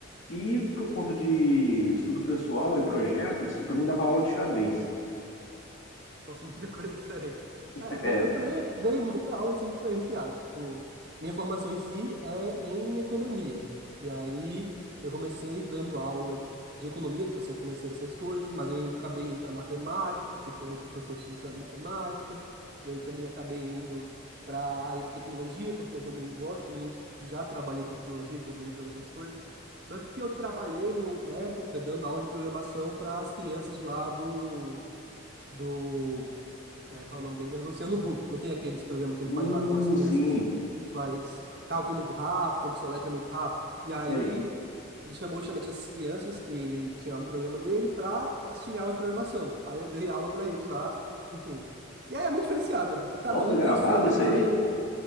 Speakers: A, on the left; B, on the right.
A: e por conta de estudo pessoal e projetos, eu também dava aula de xadrez.
B: Nossa, muita coisa <laughs> diferente.
A: <laughs>
B: É,
A: É.
B: é, eu também dei muita aula assim diferenciada. Tipo, minha formação em si é em economia. E aí eu comecei dando aula de economia, educação financeira, essas coisas, mas eu acabei indo para matemática, porque tinha muitas pessoas que estudavam em matemática. E aí também acabei indo para a área de tecnologia, porque eu também gosto muito, já trabalhei com tecnologia, desenvolvendo jogo e outras coisas. Tanto que eu trabalhei em uma época dando aula de programação para as crianças lá do do é, qual é o nome dele mesmo? Luciano Huck. Não tem aqueles programas que ele faz
A: Hum,
B: lá com as crianças
A: sim,
B: que faz cálculo muito rápido ou que soletra muito rápido. E aí
A: sei.
B: ele chamou justamente essas crianças que ele tinha lá no programa dele para assistirem aula de programação. Aí eu dei aula para eles lá, enfim. E aí é muito diferenciada, porque cada
A: Pô,
B: um
A: foi gravado
B: tem sua habilidade.
A: isso aí?